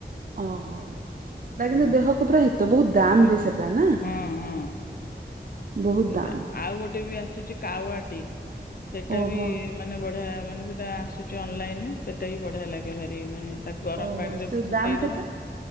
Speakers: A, on the right; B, on the left.
A: ଓହୋ ସେଇଟା
B: ହୁଁ
A: କିନ୍ତୁ ଦେହକୁ ପୁରା ହିତ ବହୁତ ଦାମବି
B: ସେଇଟା
A: ସେଟା ନା।
B: ହଁ ହଁ
A: ବହୁତ
B: ସେଇଟା
A: ଦାମ।
B: ଆଉ ଗୋଟେବି ଆସୁଛି କାୱାଟି ସେଟାବି
A: ଓହୋ
B: ମାନେ ବଢିଆ ମାନେ ସେଟା ଆସୁଛି ଅନଲାଇନରେ ସେଟାବିି ବଢିଆ ଲାଗେ ଭାରି ମାନେ ତା। ଗରମ
A: ଓହୋ
B: ପାଣିରେ
A: ସେ
B: ଫୁଟେଇଦବ
A: ଦାମ କେତେ?